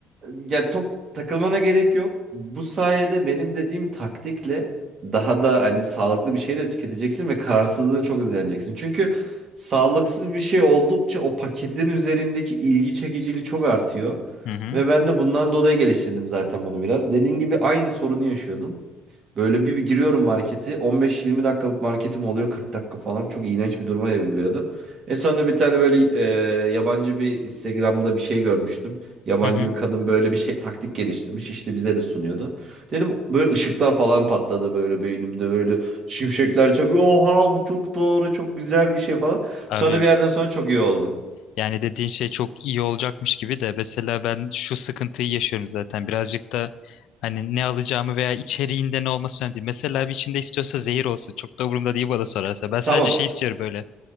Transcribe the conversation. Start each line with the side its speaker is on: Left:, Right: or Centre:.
Right: Ya çok takılmana gerek yok. Bu sayede benim dediğim taktikle daha da hani sağlıklı bir şey de tüketeceksin ve kararsızlığını çok hızlaneceksin. Çünkü sağlıksız bir şey oldukça o paketin üzerindeki ilgi çekiciliği çok artıyor.
Left: Hı hı.
Right: Ve ben de bundan dolayı geliştirdim zaten bunu biraz. Dediğin gibi aynı sorunu yaşıyordum. Böyle bir, bir giriyorum marketi. 15-20 dakikalık marketim oluyor 40 dakika falan. Çok iğrenç bir duruma evriliyordu. En sonunda bir tane böyle e, yabancı bir Instagram'da bir şey görmüştüm. Yabancı
Left: Hı hı.
Right: bir kadın böyle bir şey taktik geliştirmiş. İşte bize de sunuyordu. Dedim böyle ışıklar falan patladı böyle beynimde böyle şimşekler çakıyor. Oha bu çok doğru çok güzel bir şey falan.
Left: Abi
Right: Sonra bir yerden sonra çok iyi oldu.
Left: yani dediğin şey çok iyi olacakmış gibi de mesela ben şu sıkıntıyı yaşıyorum zaten birazcık da hani ne alacağımı veya içeriğinde ne olması önemli değil. Mesela bir içinde istiyorsa zehir olsun çok da umurumda değil bana sorarsa. Ben sadece
Right: Tamam
Left: şey istiyorum böyle